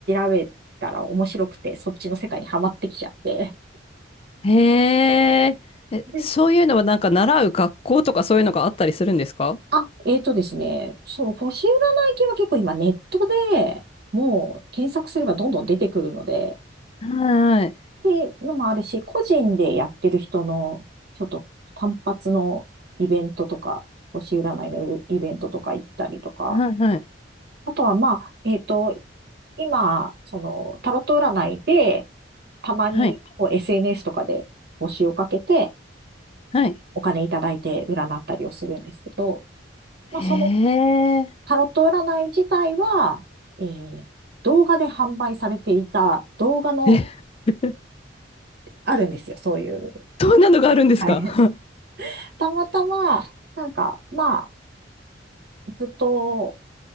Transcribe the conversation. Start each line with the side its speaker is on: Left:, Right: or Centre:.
Right: べたら面白くて、そっちの世界にはまってきちゃって。
Left: へえ。え、
Right: で
Left: そういうのはなんか習う学校とかそういうのがあったりするんですか
Right: あ、えーとですね、そう、星占い系は結構今ネットでもう検索すればどんどん出てくるので、
Left: はい
Right: っていうのもあるし、個人でやってる人の、ちょっと単発のイベントとか、星占いのイベントとか行ったりとか、
Left: はい。はい
Right: あとは、まあ、えっと、今、その、タロット占いで、たまにこう
Left: はい。
Right: SNS とかで募集をかけて、
Left: はい。
Right: お金いただいて占ったりをするんですけど、
Left: へえ。
Right: まあ、そのタロット占い自体は、えー動画で販売されていた動画の
Left: え、<laughs>
Right: あるんですよ、そういう。
Left: どんなのがあるんですか
Right: はい。
Left: <laughs> は
Right: たまたま、なんか、まあ、ずっと、